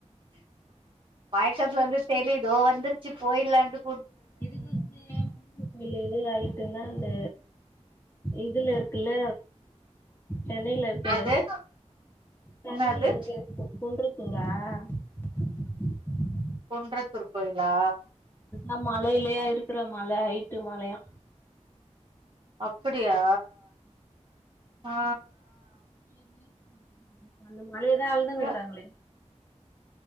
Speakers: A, on the right (about 45°); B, on the left (about 20°).
A: பாய்க்கத்துல வந்து தெலியு தோ வந்துருச்சு போய்ருலான்ட்டு
B: இது வந்து இல்ல இது அயிட்டுனா அந்த இதுல இருக்குல்ல சென்னையில இருக்கு
A: எது
B: சென்னைல
A: என்னது
B: இருக்கு குன்று <unintelligible>
A: குன்றத் த்தூர் கோயிலா
B: ம் மலையிலயா இருக்ற மலை ஐட்டு மலையா
A: அக் அப்டியா ஆ
B: நேர்லி நல்ல மோ அலே தா அளந்துக்குறாங்களே
A: ஆ